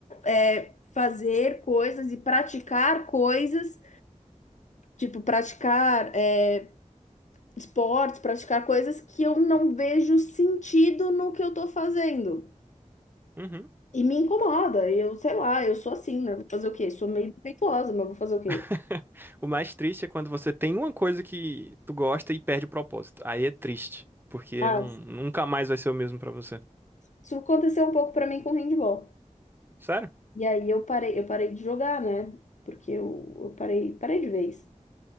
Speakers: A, on the left; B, on the right.
A: é, fazer coisas e praticar coisas, tipo, praticar é, esportes, praticar coisas que eu não vejo sentido no que eu tô fazendo.
B: Uhum.
A: E me incomoda. Eu, sei lá, eu sou assim, né? Vou fazer o quê? Sou meio defeituosa, mas vou fazer o quê?
B: <laughs> O mais triste é quando você tem uma coisa que tu gosta e perde o propósito. Aí é triste, porque
A: Ah,
B: não, nunca mais vai ser o mesmo pra você.
A: Isso aconteceu um pouco pra mim com handball.
B: Sério?
A: E aí eu parei, eu parei de jogar, né? Porque eu, eu parei, parei de vez.